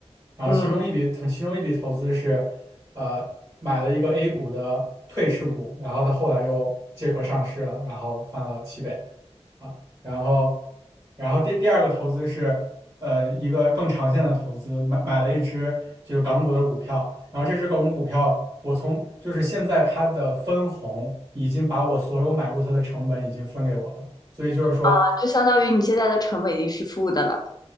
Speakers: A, on the right; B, on the left.
A: 然后其中一笔投，
B: 嗯，
A: 其中一笔投资是，呃，买了一个 A 股的退市股，然后它后来又借壳上市了，然后翻了七倍啊。然后，然后第第二个投资是，呃，一个更长线的投资，买买了一只就是港股的股票，然后这只港股股票，我从就是现在它的分红已经把我所有买入它的成本已经分给我了，所以就是说。
B: 啊就相当于你现在的成本已经是负的了，